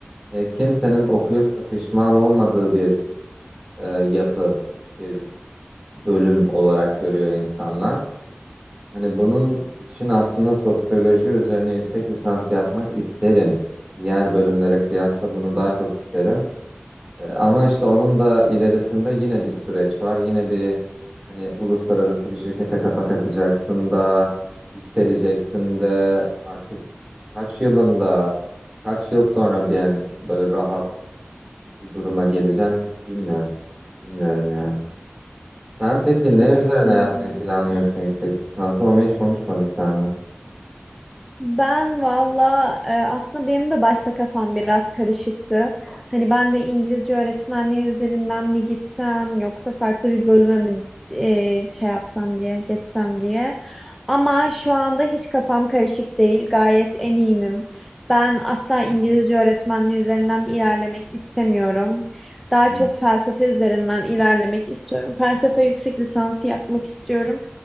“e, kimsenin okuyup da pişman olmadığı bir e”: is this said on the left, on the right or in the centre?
Right